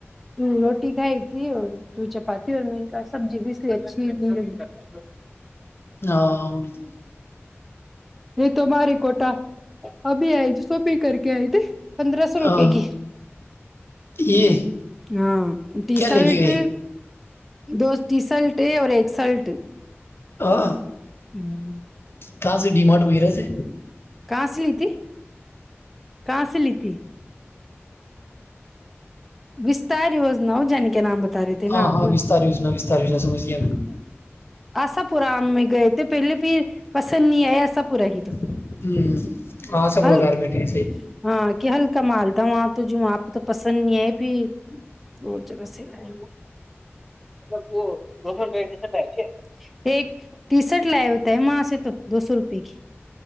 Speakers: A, in the centre; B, on the left (about 55°).
A: تو روٹی کھائی تھی اور تو چپاتی اور میں ان کا سبزی بھی اس لیے اچھی نہیں لگی
B: ہاں وہ نہیں
A: یہ تو مارے کوٹا ابھی آئی جی شوپنگ کر کے آئی تے پندرہ
B: تو-
A: سو روپئے
B: ہاں
A: کی
B: یہ
A: ہاں ٹیشرٹ
B: کیا لے کے گئے
A: دو ٹی شرٹ یہ اور ایک شرٹ ہوں
B: ہاں
A: <unintelligible>
B: کہاں سے ڈیمارٹ وغیرہ سے
A: کا سے لئی تھی کہاں سے لی تھی وستار وجنا ہو جانی کے نام بتا رہے تھے نا
B: ہاں
A: آپ
B: ہاہا ہا ویستا ر یوجنا وستار یوجنا سمجھ گیا
A: آسا پورا آام میں گئے تھے پہلے پھر پسند نہیں آئے آسا پورا کی تو
B: ہوں آ سا پرو
A: ہل
B: گارمٹی
A: ہاں کہ ہلکا مال تھا وہاں تو جو وہاں پہ تو پسند نہیں آیا فر اور جگہ سے لائے ہوگئے ایک ٹی شرٹ لایا ہوتا ہے وہاں سے تو دو سو روپے کی